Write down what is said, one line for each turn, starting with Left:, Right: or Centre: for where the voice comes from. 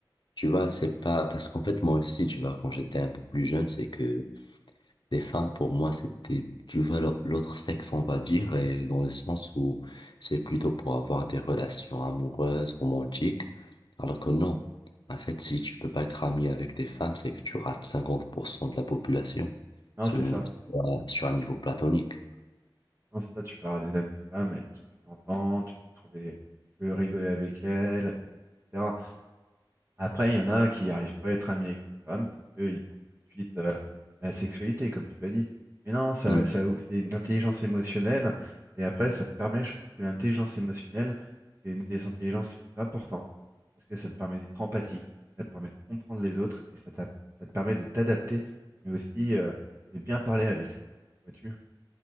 Left: tu vois, c'est pas parce qu'en fait moi aussi, tu vois, quand j'étais un peu plus jeune, c'est que Les femmes, pour moi, c'était, tu vois, l'au- l'autre sexe, on va dire, et dans le sens où c'est plutôt pour avoir des relations amoureuses, romantiques, alors que non. En fait, si tu peux pas être ami avec des femmes, c'est que tu rates 50% de la population
Right: Non,
Left: sur,
Right: c'est
Left: une-
Right: ça.
Left: sur un sur un niveau platonique.
Right: Non, c'est ça, tu peux avoir des amis femmes avec qui tu t'entends, tu peux trouver, tu peux rigoler avec elles, etc. Après, il y en a qui n'arrivent pas à être amis avec des femmes parce qu'ils pensent tout de suite euh, à la sexualité, comme tu as dit. Mais non, ça,
Left: Hmm.
Right: ça, c'est une intelligence émotionnelle. Et après, ça te permet, je pense que l'intelligence émotionnelle, c'est une des intelligences les plus importantes parce que ça te permet d'être empathique, ça te permet de comprendre les autres et ça, t'a- ça te permet de t'adapter, mais aussi euh, de bien parler avec eux. Vois-tu?